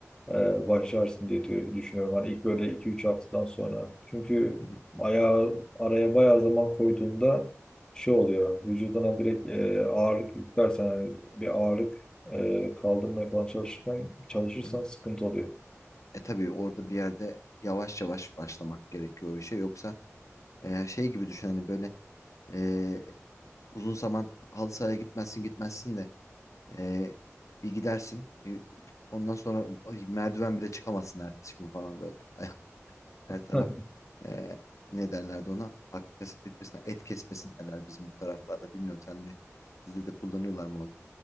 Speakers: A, on the left; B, on the left.
A: e, başlarsın diye tü- düşünüyorum. Hani ilk böyle iki üç haftadan sonra. Çünkü
B: hı-hı,
A: ayağı araya bayağı zaman koyduğunda şey oluyor. Vücuduna direkt e, ağırlık yüklersen hani bir ağırlık e, kaldırmaya falan çalışırken çalışırsan
B: hı-hı.
A: sıkıntı oluyor.
B: E tabii orada bir yerde yavaş yavaş başlamak gerekiyor o işe. Yoksa e, şey gibi düşün hani böyle e, uzun zaman halı sahaya gitmezsin gitmezsin de Ee, bir gidersin. e, Ondan sonra ay, merdiven bile çıkamazsın ertesi gün falan böyle. Ayak her
A: <laughs>
B: taraf e, ne derlerdi ona? Laktik asit bitmesine et kesmesi derler bizim bu taraflarda. Bilmiyorum sen de sizde de kullanıyorlar mı onu?